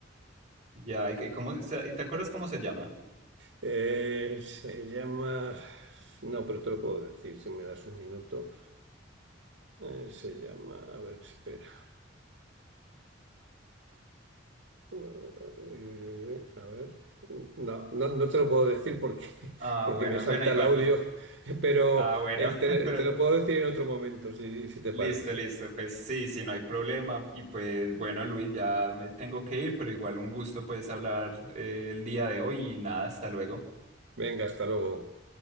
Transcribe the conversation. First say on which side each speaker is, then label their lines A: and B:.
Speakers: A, on the right (about 35°); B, on the right (about 65°).
A: Ya, ¿y, y cómo, se- y te acuerdas cómo se llama?
B: Eh, se llama... No, pero te lo puedo decir si me das un minuto. Eh, se llama... A ver, espera. Uy, uy, uy, uy. A ver. No, no, no te lo puedo decir porque, <laughs>
A: Ah,
B: porque
A: bueno,
B: me salta
A: bueno, igual.
B: el audio, <laughs> pero
A: Ah, bueno,
B: eh,
A: <laughs>
B: te,
A: pero
B: te lo puedo decir en otro momento, si, si te
A: Listo,
B: parece.
A: listo. Pues sí, sí, no hay problema. Y pues bueno, Luis, ya me tengo que ir, pero igual un gusto pues hablar eh, el día de hoy y nada, hasta luego.
B: Venga, hasta luego.